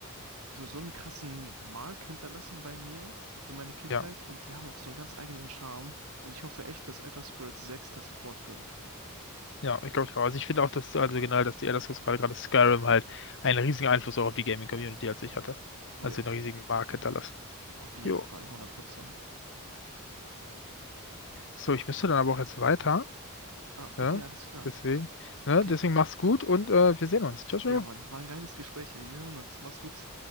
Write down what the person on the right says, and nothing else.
so, so einen krassen Mark hinterlassen bei mir für meine Kindheit
und die haben auch so einen ganz eigenen Charme und ich hoffe echt, dass Elder Scrolls 6 das fortführen kann.
Oh
ja,
auf jeden
Fall, hundert Prozent
Ah, okay,
alles klar.
Okay.
Ja, Mann, war ein geiles Gespräch, ey. Wir hören uns. Mach's gut.